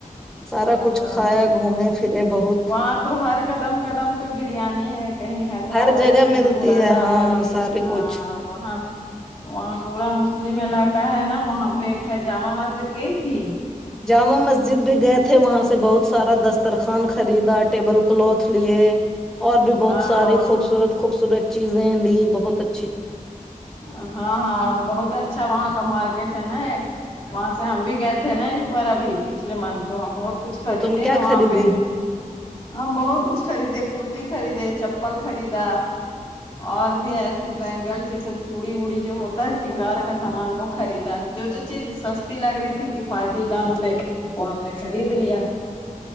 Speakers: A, in the centre; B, on the left.
A: سارا
B: ہاں
A: کچھ کھایا گھومے تے بہت
B: وہاں تو ہر قدم قدم پہ بریانی ہے کہیں حیدرآبادی
A: ہر جگہ
B: کہیں
A: ملتی
B: مراد
A: ہے ہاں
B: آبادی
A: سارے
B: ہاں
A: کچھ
B: وہاں وہاں پورا مسلم علاقہ ہے نا وہاں پہ ایک ہے جامع مسجد گئی تھی
A: جامع مسجد بھی گئے تھے وہاں سے بہت سارا دسترخوان خریدا ٹیبل کلتھ لیے اور بھی بہت
B: ہاں
A: ساری
B: وہاں
A: خوبصورت خوبصورت چیزیں لی بہت اچ
B: ا ہاں ہاں بہت اچھا وہاں کا مارکیٹ ہے نا ایک وہاں سے ہم بھی گئے تھے نا اس بار ابھی پچھلے منتھ تو ہم بہت کچھ خریدے
A: تو تم کیا
B: ہیں
A: خریدی
B: وہاں پہ ہم بہت کچھ خریدے کرتی خریدے چپل خریدا اور بھی ای پھر بینگلس یہ سب چوڑی ووڑی جو ہوتا ہے سنگار کا سامان وہ خریدا ہے جو جو چیز سس تی لگ رہی تھی کفایتی دام پہ وہ ہم نے خرید لیا